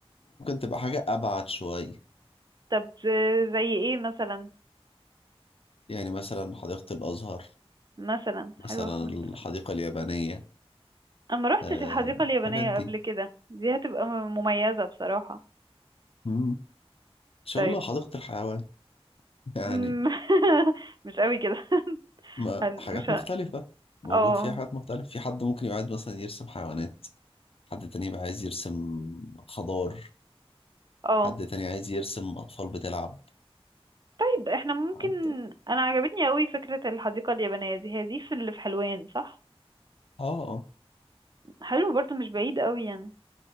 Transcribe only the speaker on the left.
تبقى حاجة ابعد شوية
يعني مثلا حديقة الازهر
مثلا
الحديقة
اليابانية
آه،
الحاجات دي
مم. ان شاء
الله حديقة الحيوان <laughs> يعني
ما
حاجات
مختلفة موجود
فيها حاجات مختلفة في حد ممكن يبقى عايز مثلا يرسم حيوانات حد تاني يبقى عايز يرسم خضار
حد تاني عايز يرسم أطفال بتلعب
حد
اه آه،